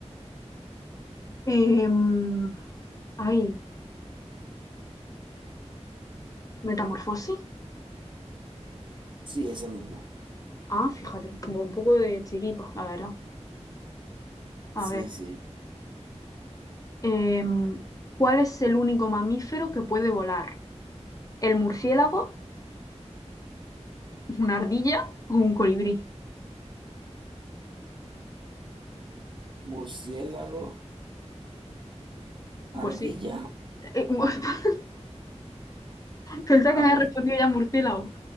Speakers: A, on the left (about 30°); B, on the right (about 45°).
A: Em, ay, metamorfosis.
B: Sí, ese mismo.
A: Ah, fíjate, tengo un poco de chiripa, la verdad. A
B: Sí,
A: ver,
B: sí.
A: em, ¿cuál es el único mamífero que puede volar? ¿El murciélago, una ardilla o un colibrí?
B: Murciélago,
A: Pues
B: ardilla,
A: sí. Eh, mu- <laughs> Pensaba
B: mamí.
A: que me había respondido ya murciélago,